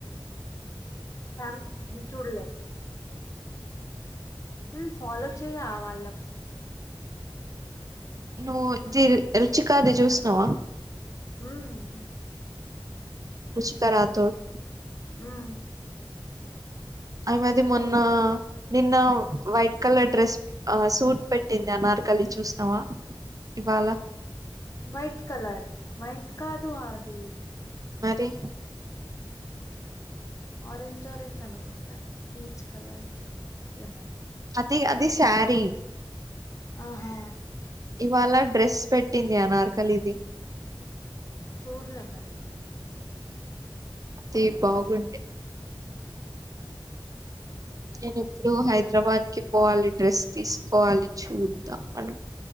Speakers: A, on the left; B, on the right.
A: ఫ్యామ్ చూడలే ఉమ్ ఫాలో చేయాల వల్లకు
B: నువ్వు ఇది రుచి కాదు చుసినావా
A: ఉమ్
B: ఫుసికా రాథోడ్
A: ఉమ్
B: ఆ మది మొన్న నిన్న వైట్ కలర్ డ్రెస్ సూట్ పెట్ పెట్టింది అనార్ కల్లి చూసినవా ఇవాళ
A: వైట్ కలర్ వైట్ కాదుూ అది
B: మరి
A: ఆరెంజ్ ఆరెంజ్ అనుకుంటా పీచ్ కలర్ ఏమో
B: ధి అధి సరి
A: ఆహా
B: ఇవాళ డ్రెస్ పెట్టింది అ నార్కల్ ఇది
A: చూడలే మరి
B: అది బాగుండడి నేను ఎప్పుడు హైదరాబాద్ కి పోవాలి డ్రెస్ తీసుకోవాలి చూద్దాం అ